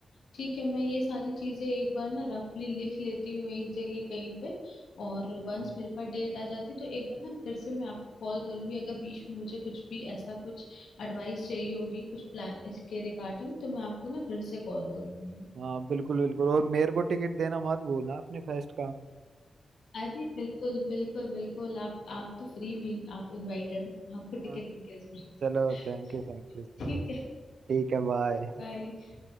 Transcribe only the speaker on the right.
हम्म।
हाँ बिल्कुल बिल्कुल और मेरे को टिकट देना मत भूलना अपने फेस्ट का
हाँ
चलो थैंक यू थैंक यू
ठीक है बाय